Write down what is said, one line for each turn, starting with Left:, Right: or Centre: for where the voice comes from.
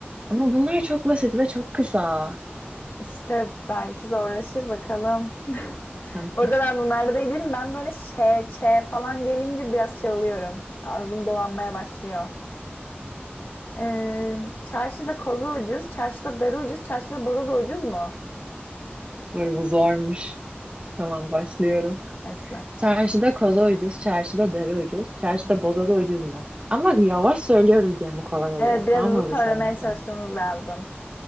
Right: Ama bunlar çok basit ve çok kısa.
Left: İşte belki zorlaşır bakalım. <laughs>
Right: Tamam.
Left: Burada
Right: <laughs>
Left: ben bunlarda da iyiyim. Ben böyle ş, ç falan gelince biraz şey oluyorum. Ağzım dolanmaya başlıyor. Ee, çarşıda koza ucuz, çarşıda darı ucuz, çarşıda boza da ucuz mu?
Right: Dur bu zormuş. Tamam başlıyorum.
Left: Başla.
Right: Çarşıda koza ucuz, çarşıda deri ucuz, çarşıda boza da ucuz mu? Ama yavaş söylüyoruz diye mi kolay oluyor?
Left: Evet biraz
Right: Daha
Left: hızlı
Right: mı hızlı
Left: söylemeye
Right: söylemek
Left: çalışmamız
Right: lazım?
Left: lazım.